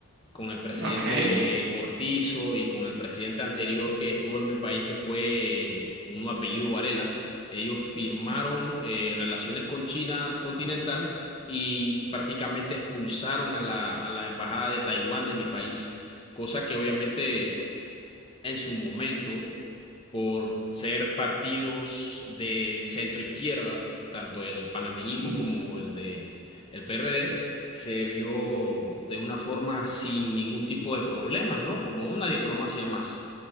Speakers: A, on the left; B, on the right.
A: con el presidente
B: Ok.
A: Cortizo y con el presidente anterior que estuvo en mi país, que fue un apellido Varela. Ellos firmaron eh, relaciones con China continental y prácticamente expulsaron a la, a la embajada de Taiwán de mi país, cosa que obviamente en su momento por ser partidos de centro izquierda, tanto el panameñismo
B: Mm,
A: como
B: s-
A: el de el PRD, se vio de una forma sin ningún tipo de problemas, ¿no? Como una diplomacia más.